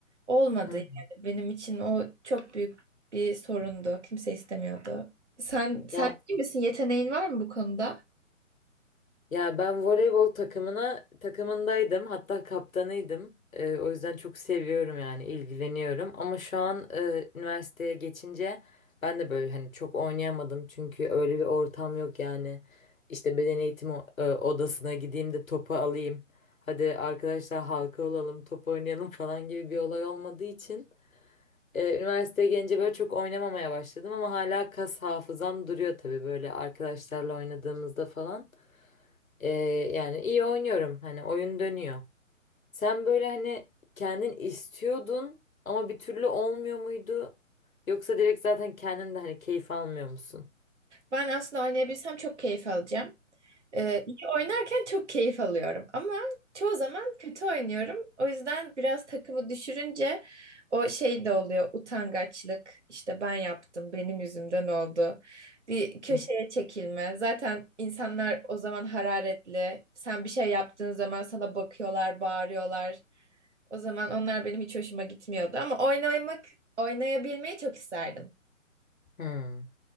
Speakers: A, on the right (about 60°); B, on the left (about 85°).
A: Olmadı
B: Hı.
A: yani benim için o çok büyük bir sorundu. Kimse istemiyordu. Sen sen
B: Yani
A: iyi misin? Yeteneğin var mı bu konuda?
B: Ya ben voleybol takımına takımındaydım hatta kaptanıydım. Ee, o yüzden çok seviyorum yani ilgileniyorum. Ama şu an e, üniversiteye geçince ben de böyle hani çok oynayamadım çünkü öyle bir ortam yok yani. İşte beden eğitimi o- e, odasına gideyim de topu alayım. Hadi arkadaşlar halka olalım, top oynayalım <laughs> falan gibi bir olay olmadığı için. Ee, üniversiteye gelince böyle çok oynamamaya başladım ama hala kas hafızam duruyor tabii böyle arkadaşlarla oynadığımızda falan. Ee, yani iyi oynuyorum hani oyun dönüyor. Sen böyle hani kendin istiyordun ama bir türlü olmuyor muydu? Yoksa direkt zaten kendin de hani keyif almıyor musun?
A: Ben aslında oynayabilsem çok keyif alacağım. Ee, iyi oynarken çok keyif alıyorum ama çoğu zaman kötü oynuyorum. O yüzden biraz takımı düşürünce o şey de oluyor utangaçlık. İşte ben yaptım, benim yüzümden oldu. Bir köşeye
B: Hı.
A: çekilme. Zaten insanlar o zaman hararetli. Sen bir şey yaptığın zaman sana bakıyorlar, bağırıyorlar. O zaman onlar benim hiç hoşuma gitmiyordu ama oynamak, oynayabilmeyi çok isterdim.
B: Hmm.